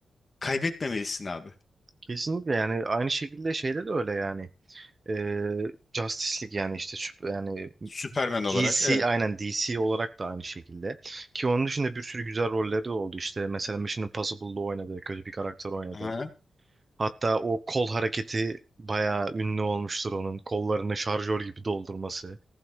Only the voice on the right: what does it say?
kesinlikle yani aynı şekilde şeyde de öyle yani. E, Justice League yani işte süp- yani
DC
aynen DC olarak da aynı şekilde. Ki onun dışında bir sürü güzel rolleri de oldu işte mesela Mission Impossible'da oynadı kötü bir karakter oynadı.
Hatta o kol hareketi bayağı ünlü olmuştur onun kollarını şarjör gibi doldurması.